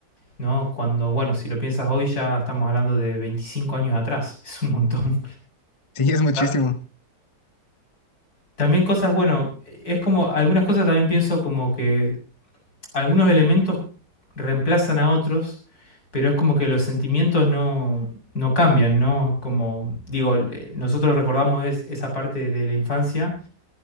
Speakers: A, on the left; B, on the left.
A: ¿no? Cuando, bueno, si lo piensas hoy ya estamos hablando de 25 años atrás, <laughs> es un montón.
B: Sí, es muchísimo.
A: Bastante. También cosas, bueno, es como, algunas cosas también pienso como que algunos elementos reemplazan a otros, pero es como que los sentimientos no, no cambian, ¿no? Como digo, eh, nosotros recordamos es- esa parte de la infancia.